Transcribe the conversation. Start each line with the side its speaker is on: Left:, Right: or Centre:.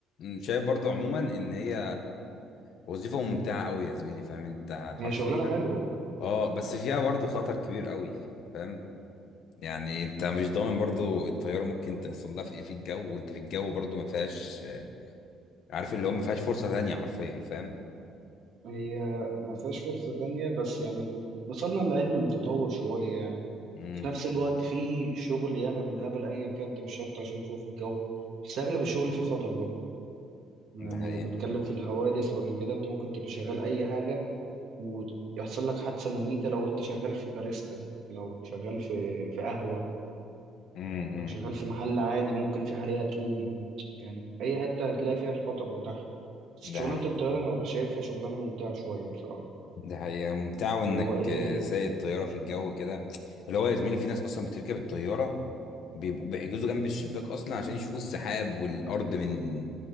Left: شايف برضو عموما ان هي وظيفة ممتعة قوي يا زميلي فاهم انت حرفيا
Right: هي شغلانة حلوة
Left: اه بس فيها برضو خطر كبير قوي فاهم يعني انت مش ضامن برضو الطيارة ممكن تحصل لها في ايه في الجو وانت في الجو برضو ما فيهاش عارف اللي هو ما فيهاش فرصة تانية حرفيا فاهم
Right: هي ما فيهاش فرصة تانية بس يعني وصلنا لعلم متطور شوية يعني
Left: امم
Right: في نفس الوقت في شغل ياما بالهبل ايا كان انت مش شرط عشان فوق في الجو بس اغلب الشغل فيه خطر برضه يعني
Left: ده حقيقة
Right: لو بتتكلم في الحوادث ولا كده انت ممكن تبقى شغال اي حاجة ويحصل لك حادثة مميتة لو انت شغال في باريستا لو شغال في في قهوة
Left: امم
Right: لو شغال في محل عادي ممكن في حريقة تقوم يعني في أي حتة هتلاقي فيها الخطر بتاعها بس شغلانة
Left: ده حقيقة
Right: الطيارة أنا شايفها شغلانة ممتعة شوية بصراحة
Left: ده حقيقة ممتعة وانك
Right: اللي هو إيه
Left: آه، سايق الطيارة في الجو كده اللي هو يا زميلي في ناس اصلا بتركب الطيارة بيبقوا بيحجزوا جنب الشباك اصلا عشان يشوفوا السحاب والارض من